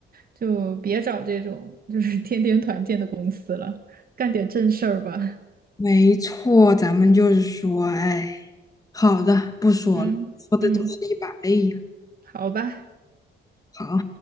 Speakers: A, on the right; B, on the left.
A: 就别找这种就是天天团建的公司了，干点正事儿吧。
B: 没错，咱们就是说，哎，好的，不说了，
A: 嗯嗯，
B: 说的都是一把泪呀。
A: 好吧。
B: 好。